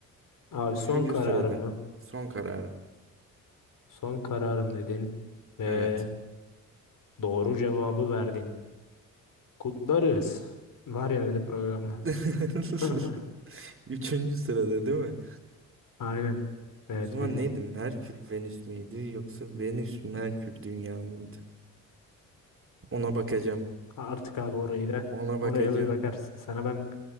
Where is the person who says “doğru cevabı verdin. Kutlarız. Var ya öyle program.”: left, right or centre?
Left